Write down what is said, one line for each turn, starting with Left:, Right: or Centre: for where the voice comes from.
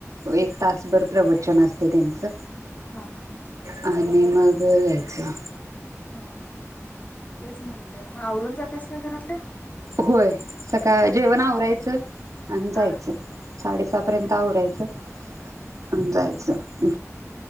Right: एक तासभर प्रवचन असते त्यांचं.
Left: हा हा
Right: आ आणि मग यायचं.
Left: हं, हं तेच म्हणलं. मग आवरून जात्यास का घरातलं?
Right: होय सकाळ जेवण आवरायचं आणि
Left: हा
Right: जायचं.
Left: हा
Right: साडेसात पर्यंत आवरायचं
Left: हा
Right: आणि जायचं. <inaudible>